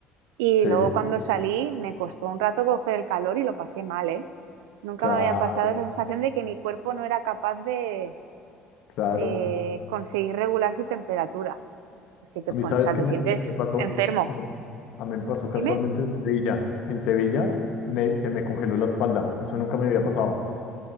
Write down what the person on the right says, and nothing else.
Y
luego cuando salí me costó un rato coger el calor y lo pasé mal, ¿eh? Nunca
me había pasado esa sensación de que mi cuerpo no era capaz de,
de conseguir regular su temperatura. Es que te,
pon-
o sea,
te
sientes
enfermo.
Dime.